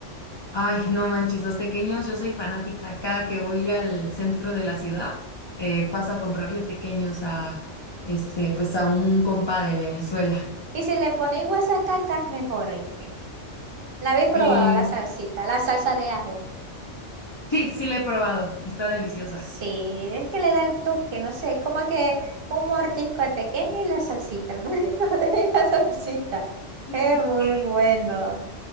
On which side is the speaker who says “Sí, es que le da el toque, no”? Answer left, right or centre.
Right